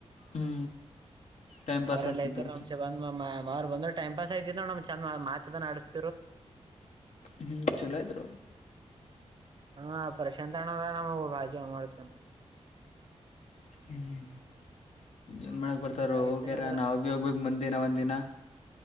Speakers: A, on the left; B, on the right.
A: ಹ್ಞೂ ಟೈಮ್ ಪಾಸ್
B: ಅವ್ರೆಲ್ಲ
A: ಆಗ್ತಿತ್ತು
B: ಇದ್ರು ಬಂದ್ ಬಂದ್ ಟೈ್ ಪಾಸ್ ಐತ ನಮ್ ಚಂದ್ ಮಾತ ಅದ ಆಡ್ತೀದರು.
A: ಹ್ಮ್, ಚೋಲ ಇದ್ರು
B: ಹಾ, ಪ್ರಶಾಂತ ಅಣ್ಣರೇನೆ ನಮೃ ಬಾಳ ಜೀವ ಮಾಡ್ತನ್-
A: ಹ್ಮ್, ಏನು ಮಾಡಕ್ಕೆ ಬರ್ತಾರೋ
B: ಐತೇನ್
A: ಹೋಗ್ಯಾರ
B: ಅಂದ್ರ
A: ನಾವುಬಿ ಹೋಗ್ಬೇಕು ಮುಂದಿನ ಒಂದಿನ.